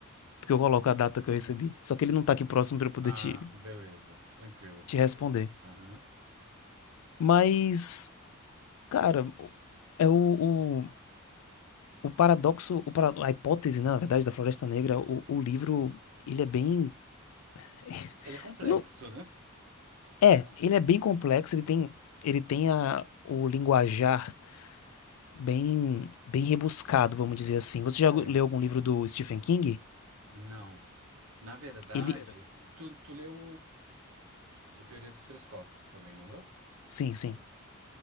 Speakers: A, on the left; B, on the right.
A: Porque eu coloco a data que eu recebi. Só que ele não tá aqui próximo pra eu poder
B: Ah,
A: te,
B: beleza. Tranquilo.
A: te responder.
B: Aham.
A: Mas, cara, o- é o, o, o paradoxo, o para- a hipótese, né, na verdade, da Floresta Negra, o, o livro, ele é bem, <laughs>
B: Ele é complexo,
A: eu não,
B: né?
A: é, ele é bem complexo, ele tem, ele tem a, o linguajar bem, bem rebuscado, vamos dizer assim. Você
B: É.
A: já leu algum livro do Stephen King?
B: Não. Na verdade,
A: Ele,
B: tu, tu leu. o Teoria dos Três Copos também, não leu?
A: sim, sim,